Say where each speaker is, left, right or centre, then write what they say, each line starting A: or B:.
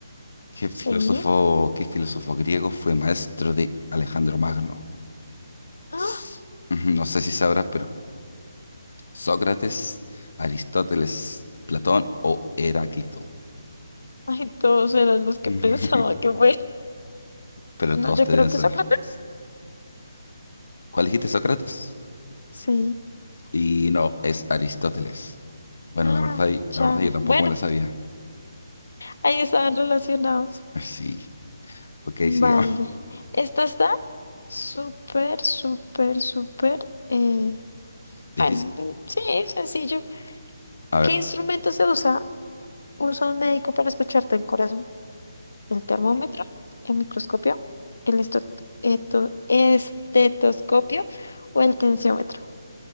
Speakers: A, on the left; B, on the left.
A: ¿Qué filósofo,
B: Sí.
A: qué filósofo griego fue maestro de Alejandro Magno?
B: ¡Ah!
A: S- Ujú, No sé si sabrás, pero Sócrates, Aristóteles, Platón o Heráclito.
B: Ay, todos eran los que
A: <laughs>
B: pensaba que fue.
A: Pero
B: No,
A: todos
B: yo
A: te
B: creo
A: deben
B: que
A: saber.
B: Sócrates.
A: ¿Cuál dijiste, Sócrates?
B: Sí.
A: Y no, es Aristóteles. Bueno,
B: Ah,
A: la verdad, y-
B: Chagas.
A: la verdad yo tampoco
B: Bueno,
A: me la sabía.
B: ahí estaban relacionados.
A: <laughs> Sí, ok,
B: Vale.
A: sí. <laughs>
B: Esta está súper, súper, súper. eh,
A: difícil.
B: Bueno, mm, sí, sencillo.
A: A
B: ¿Qué
A: ver,
B: instrumento se usa? Usa un médico para escucharte el corazón. El termómetro, el microscopio, el esto- eto- estetoscopio o el tensiómetro.